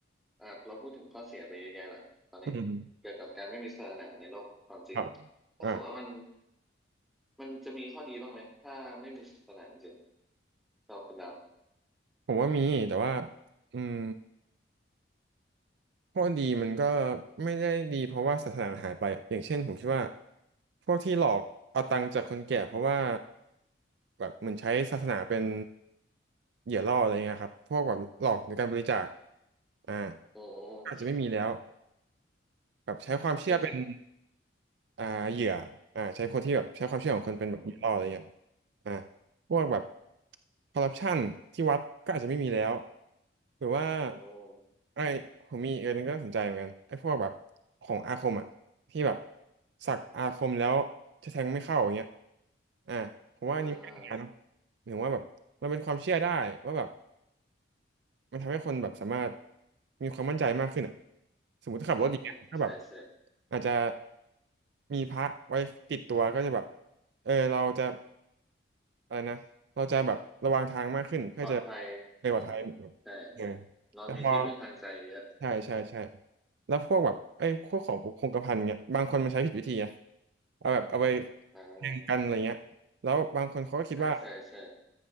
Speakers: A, in the centre; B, on the right.
A: อ่าเราพูดถึงข้อเสียไปเยอะแยะละตอนนี้เกี่ยวกับการไม่มีศาสนาในโลกความจริง
B: อืมครับ
A: ถ้าสมมติว่ามัน
B: อ่า
A: มันจะมีข้อดีบ้างไหมถ้าไม่มีศาสนาจริงๆเราคุณดาบ
B: ผมว่ามีแต่ว่าอืม ข้อดีมันก็ไม่ได้ดีเพราะว่าศาสนาหายไปอะอย่างเช่นผมคิดว่าพวกที่หลอกเอาตังค์จากคนแก่เพราะว่าแบบเหมือนใช้ศาสนาเป็นเหยื่อล่ออะไรเงี้ยครับพวกแบบหลอกในการบริจาคอ่า
A: โอ้
B: อาจจะไม่มีแล้วแบบใช้ความเชื่อเป็น
A: ก็จริง
B: อ่าเหยื่ออ่าใช้คนที่แบบใช้ความเชื่อของคนเป็นแบบเหยื่อล่ออะไรเงี้ย
A: อืม
B: อ่าพวกแบบคอร์รัปชันที่วัดก็อาจจะไม่มีแล้วหรือว่า
A: อืม
B: ไอ้ผมมีอีกอันหนึงก็น่าสนใจเหมือนกันไอ้พวกแบบของอาคมอ่ะที่แบบสักอาคมแล้วจะแทงไม่เข้าอย่างเงี้ยอ่าผมว่าอันนี้ไม่ได้นะเนอะ
A: อ่า
B: หรือว่าแบบมันเป็นความเชื่อได้ว่าแบบ มันทำให้คนแบบสามารถมีความมั่นใจมากขึ้นอ่ะสมมติถ้าขับรถอย่างเงี้ยถ้าแบบ
A: อืมอืมใช่ใช่
B: อาจจะมีพระไว้ติดตัวก็จะแบบเออเราจะอะไรนะเราจะแบบระวังทางมากขึ้นเพื่อจะ
A: ปลอดภัย
B: ไปปลอดภัย
A: อืมใช่
B: เออ
A: เรามีที่พึ่งทางใจเยอะอืม
B: แต่พอใช่ใช่ใช่แล้วพวกแบบไอ้พวกของคงกระพันเนี่ยบางคนมันใช้ผิดวิธีอะเอาแบบเอาไป
A: อ่า
B: แทงกันอะไรเงี้ยแล้วบางคนเขาก็คิดว่า
A: อ่าใช่ใช่